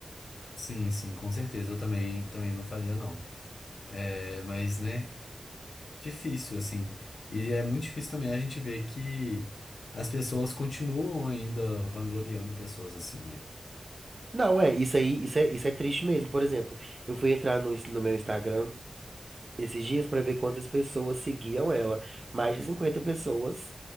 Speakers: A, on the left (about 85°); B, on the right (about 45°).
A: Sim, sim, com certeza, eu também, também não faria, não. É, mas, né, difícil, assim. E é muito difícil também a gente ver que as pessoas continuam ainda vangloriando pessoas assim, né?
B: Não, é, isso aí, isso é, isso é triste mesmo. Por exemplo, eu fui entrar no, ins- no meu Instagram. esses dias pra ver quantas pessoas seguiam ela. Mais de 50 pessoas,